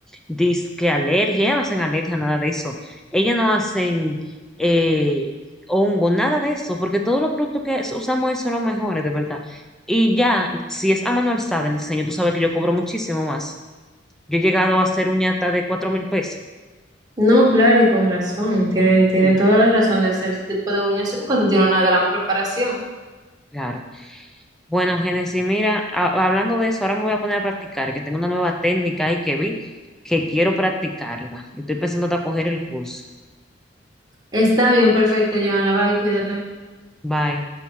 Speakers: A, in the centre; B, on the right (about 20°).
A: dice que alergia, ellas no hacen alergia, nada de eso. Ellas no hacen eh, hongo, nada de eso, porque todos los productos que es- usamos ahí son los mejores, de verdad. Y ya, si es a mano alzada el diseño, tú sabes que yo cobro muchísimo más. Yo he llegado a hacer uña hasta de cuatro mil pesos.
B: No, claro, y con razón, tiene, tiene
A: Sí.
B: toda la razón de hacer ese tipo de uñas, sí, porque tú tienes una gran preparación.
A: Claro. Bueno, Génesis, mira, a- hablando de eso, ahora me voy a poner a practicar, que tengo una nueva técnica ahí que vi, que quiero practicarla. Estoy pensando hasta coger el curso.
B: Está bien, perfecto, Joana, bye, cuídate.
A: Bye.